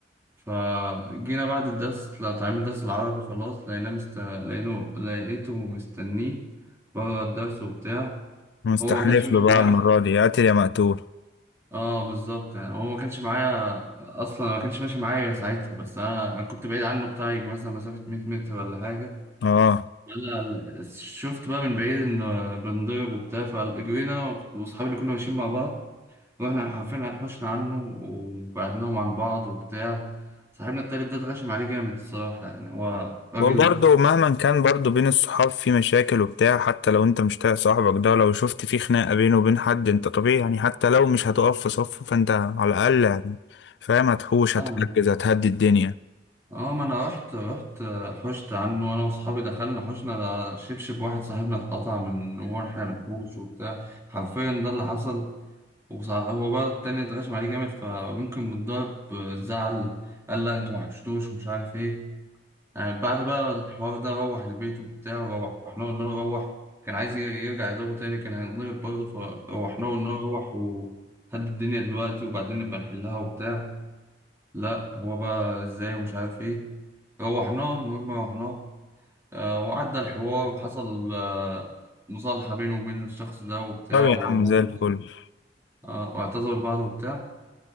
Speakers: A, on the right; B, on the left.
A: فجينا بعد الدرس لا طالعين من الدرس العربي خلاص لقيناه مست... لقينه لقيته مستنيه بره الدرس وبتاع
B: مستحلف
A: هو ما كانش ماشي
B: له بقى
A: معايا
B: المرة دي قاتل يا مقتول
A: اه بالظبط يعني هو ما كانش معايا اصلا ما كانش ماشي معايا ساعتها بس انا أنا كنت بعيد عنه بتاع يجي مثلا مسافة 100 متر ولا حاجة
B: اه
A: انا ال- شفت بقى من بعيد انه بنضرب وبتاع فجرينا انا واصحابي اللي كنا ماشيين مع بعض واحنا حرفيا هنحوشنا عنه وبعدناهم عن بعض وبتاع صاحبنا التالت ده اتغشم عليه جامد الصراحة يعني هو راجل
B: وبرضه مهما كان برضه بين الصحاب في مشاكل وبتاع حتى لو انت مش طايق صاحبك ده لو شفت في خناقة بينه وبين حد انت طبيعي يعني حتى لو مش هتقف في صفه فانت على الأقل يعني فاهم هتحوش
A: فاهمة
B: هتحجز هتهدي الدنيا
A: اه ما انا رحت رحت حشت عنه انا واصحابي دخلنا حشنا ده شبشب واحد صاحبنا اتقطع من واحنا بنحوش وبتاع حرفيا ده اللي حصل وصع- هو بقى التاني اتغشم عليه جامد فممكن بالضرب زعل قال لا انتوا ما حشتوش مش عارف ايه آه، بعد بقى الحوار ده روح البيت وبتاع روحنا قلنا له روح كان عايز ير- يرجع يضربه تاني كان هينضرب برضه فروحنا قلنا له روح وهد الدنيا دلوقتي وبعدين نبقى نحلها وبتاع لا هو بقى ازاي ومش عارف ايه روحناه المهم روحناه آه، وعدى الحوار وحصل آه، مصالحة بينه وبين الشخص ده وبتاع
B: طب يا
A: وأبوه
B: عم زي الفل
A: آه، واعتذروا لبعض وبتاع